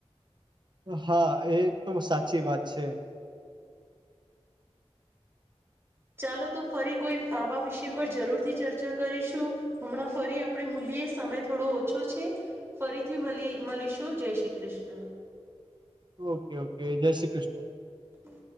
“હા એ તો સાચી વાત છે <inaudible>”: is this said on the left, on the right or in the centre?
Right